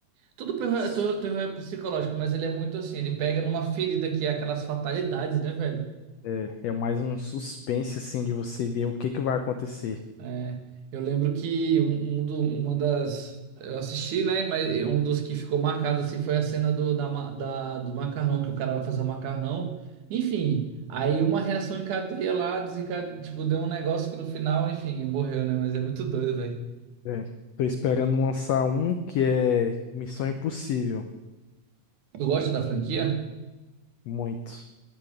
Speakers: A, on the right; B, on the left.
A: Tudo terror
B: Su-
A: é to- terror é psicológico, mas ele é muito assim, ele pega numa ferida que é aquelas fatalidades, né, velho?
B: É, é mais um suspense assim de você ver o que que vai acontecer.
A: É, eu lembro que um, um do- uma das. Eu assisti, né? Mas um dos que ficou marcado assim foi a cena do, da, ma- da- do macarrão, que o cara vai fazer o macarrão. Enfim, aí uma reação em cadeia lá, desenca tipo, deu um negócio que no final, enfim, morreu, né? Mas é muito doido, velho.
B: É. Tô esperando lançar um que é Missão Impossível,
A: Tu gosta da franquia?
B: muito.